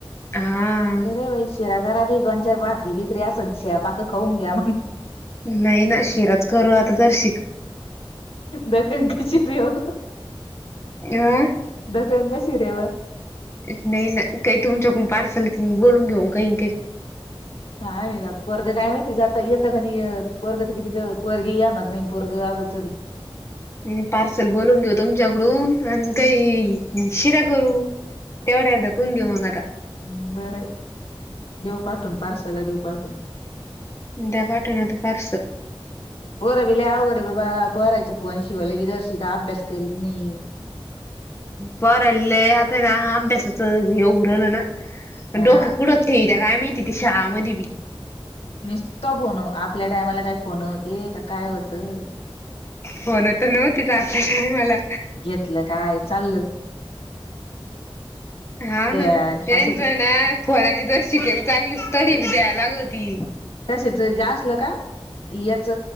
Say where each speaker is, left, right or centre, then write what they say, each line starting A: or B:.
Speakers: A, on the left (about 30°); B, on the left (about 85°).
A: हा
B: बरे बाई शिरा घरात दोन चार घास. ते बिकरी असन शीळ पाक खाऊन घ्या मग.
A: नाही ना शेराच करू आता तर शिकत.
B: दकन कशी रेव
A: अ
B: दकन कशी रेवर <unintelligible>
A: नाही ना काही तुमच्याकडून पार्सल बोलून घेऊ खाइन खाइन.
B: हाय म काता परग काय माहिती जातंय येतंय का नाहीय पोरग तर किती पोरग येणार नाही पोरग अगोचरी.
A: हिन पार्सल बोलून घेऊ तुमच्याकडून आणि काही शिरा करू. तेवायार कुंदिऊ मग आता.
B: हा, बरं आहे देऊ पाठून पार्सल देऊ पाठून.
A: ढगा ठेवून आता पार्सल.
B: पोरा बी अवघडे बाबा पोरायचं फोन शिवालं की जरशी का अभ्यास करीत नाही.
A: पोराले आता ना अभ्यासाच ऊरला ना.
B: हा
A: डोके कुडत ठेव्या काय माहिती तिथे शहामध्ये बी.
B: निसतो फोन आपल्या टायमाला काय फोन होती का काय होतं.
A: फोन तर नव्हती तर आपल्या टायमाला.
B: घेतलं काय चालल.
A: हा
B: त्या
A: ना, हान येनल
B: कशाच
A: नाही आत. फोनाची जर शिकेन चांगलीच तडी द्याय लाग होती.
B: कशाचं जा असलं का याच